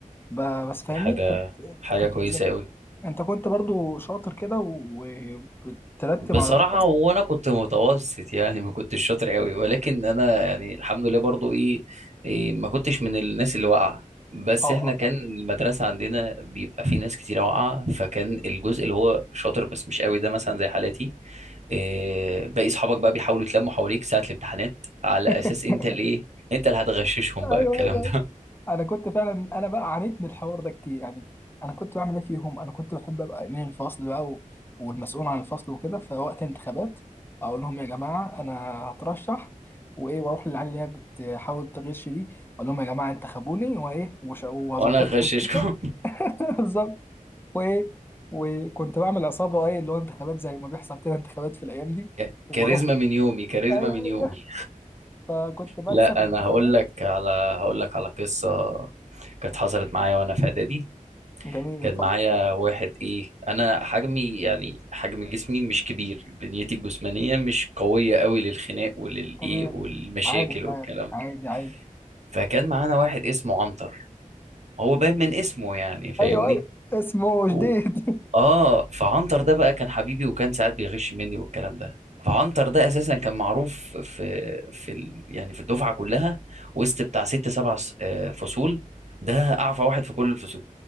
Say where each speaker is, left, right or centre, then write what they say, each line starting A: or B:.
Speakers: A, on the left; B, on the right.
A: ب- بس فاهمني
B: دي حاجة
A: كنت
B: حاجة
A: كنت
B: كويسة
A: بذاكر
B: قوي
A: انت كنت برضو شاطر كده و- وبترتب
B: بصراحة
A: على الفصل
B: وانا كنت متوسط يعني ما كنتش شاطر قوي ولكن انا يعني الحمد لله برضو ايه, إيه ما كنتش من الناس اللي واقعة بس
A: اه
B: احنا
A: اه
B: كان المدرسة عندنا بيبقى في ناس كتير واقعة فكان الجزء اللي هو شاطر بس مش قوي ده مثلا زي حالاتي إيه باقي اصحابك بقى بيحاولوا يتلموا حواليك ساعة الامتحانات على
A: <laughs>
B: اساس انت الايه انت اللي هتغششهم
A: ايوه
B: بقى الكلام
A: ايوه
B: ده
A: انا كنت فعلا انا بقى عانيت من الحوار ده كتير يعني انا كنت بعمل ايه فيهم انا كنت بحب ابقى امين الفصل بقى و... والمسؤول عن الفصل وكده فوقت الانتخابات اقول لهم يا جماعه انا هترشح وايه واروح للعيال اللي هي بتحاول تغش دي اقول لهم يا جماعه انتخبوني وايه وش... وهظبطكم
B: <laughs> وانا هغششكم
A: <laughs> بالظبط وايه وكنت بعمل عصابه ايه اللي هو انتخابات زي ما بيحصل كده انتخابات في الايام دي
B: ك-
A: وبروح
B: كاريزما من يومي كاريزما
A: ايوه
B: من يومي
A: فكنت بكسب
B: لا
A: الانتخابات
B: انا هقول لك على هقول لك على قصه كانت حصلت معايا وانا في اعدادي
A: جميل
B: كان
A: اتفضل
B: معايا واحد ايه انا حجمي يعني حجم جسمي مش كبير بنيتي الجسمانيه مش قويه قوي للخناق وللايه
A: تمام
B: والمشاكل
A: عارف
B: والكلام
A: عارف
B: ده
A: عادي عادي
B: فكان معانا واحد اسمه عنتر هو باين من اسمه يعني فاهمني
A: ايوه ايوه اسمه
B: و-
A: جديد <laughs>
B: اه فعنتر ده بقى كان حبيبي وكان ساعات بيغش مني والكلام ده فعنتر ده اساسا كان معروف في في ال... يعني في الدفعه كلها وسط بتاع ست سبع س- آه، فصول ده اعفى واحد في كل الفصول